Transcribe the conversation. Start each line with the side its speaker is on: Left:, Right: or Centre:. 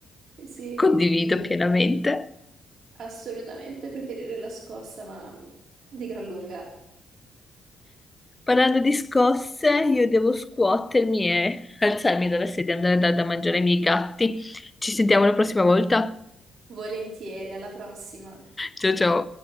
Right: Eh, Sì,
Left: condivido
Right: eh,
Left: pienamente.
Right: assolutamente preferirei la scossa, ma di gran lunga.
Left: Parlando di scosse, io devo scuotermi e alzarmi dalla sedia e andare a dare da mangiare ai miei gatti. Ci sentiamo la prossima volta.
Right: Volentieri, alla prossima.
Left: Ciao ciao.